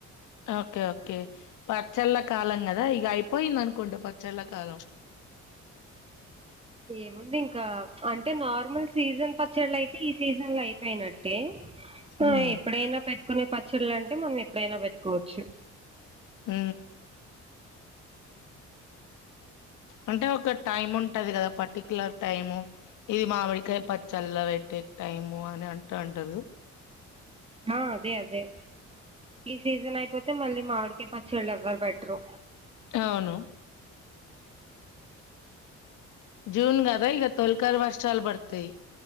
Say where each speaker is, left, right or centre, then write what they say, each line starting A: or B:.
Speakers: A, on the left; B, on the right.
A: ఓకే ఓకే పచ్చళ్ళ కాలం కదా ఇగా అయిపోయింది అనుకుంటా పచ్చళ్ళ కాలం.
B: ఏముంది ఇంకా అంటే నార్మల్ సీజన్ పచ్చళ్ అయితే ఈ సీజన్ లో అయిపోయినట్టే
A: హ్మ్.
B: ఆ ఎప్పుడైనా పెట్టుకునే పచ్చళ్ళ అంటే మనం ఎప్పుడైనా పెట్టుకోవచ్చు
A: ఊ అంటే ఒక టైం ఉంటది కదా పర్టిక్యులర్ టైము. ఇది మామిడికాయ పచ్చల్ల పెట్టే టైము అని అంట ఉంటారు.
B: ఆ అదే అదే ఈ సీజన్ అయిపోతే మళ్ళీ మావిడికయ్ పచ్చళ్ళు ఎవ్వరు బెటరు
A: అవును. జూన్ గద ఇగ తోల్కర్ వర్షాలు బడ్తయి